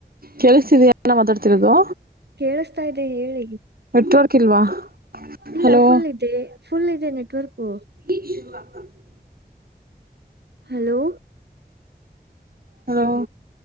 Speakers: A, on the right; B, on the right.
A: ಕೇಳಿಸ್ತಿದೆಯಾ ನಾ ಮಾತಾಡ್ತಿರೋದು
B: ಕೇಳಸ್ತಾ ಇದೆ ಹೇಳಿ
A: ನೆಟ್ವರ್ಕ್ ಇಲ್ವಾ
B: <unintelligible> ಇಲ್ಲಾ
A: ಹಲೋ
B: ಫುಲ್ ಇದೆ ಫುಲ್ ಇದೆ network
A: <unintelligible>
B: hello
A: hello